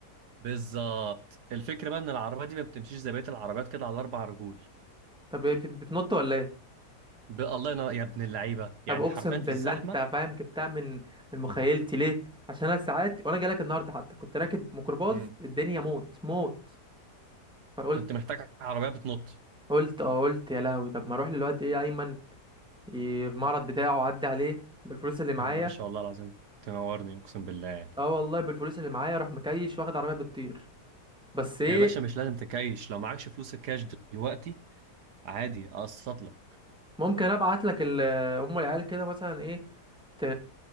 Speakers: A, on the right; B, in the centre.
A: بالظبط الفكرة بقى ان العربية دي ما بتمشيش زي بقية العربيات كده على اربع رجول
B: طب هي بت- بتنط ولا ايه
A: ب- الله ينور يا ابن اللعيبة يعني
B: طب اقسم
A: حرفيا
B: بالله
A: في الزحمة
B: انت فاهم جبتها من من مخيلتي ليه عشان انا ساعات وانا جاي لك النهارده حتى كنت راكب ميكروباص
A: مم.
B: الدنيا موت موت فقلت
A: كنت محتاج عربية بتنط
B: قلت اه قلت يا لهوي طب ما اروح للواد ايه ايمن ي- المعرض بتاعه عدي عليه بالفلوس اللي معايا
A: يا باشا والله العظيم تنورني اقسم بالله يعني
B: اه والله بالفلوس اللي معايا اروح مكيش واخد عربيه بتطير بس ايه
A: يا باشا مش لازم تكايش لو معكش فلوس الكاش دلوقتي عادي اقسط لك
B: ممكن ابعت لك ال- ام العيال كده مثلا ايه ت...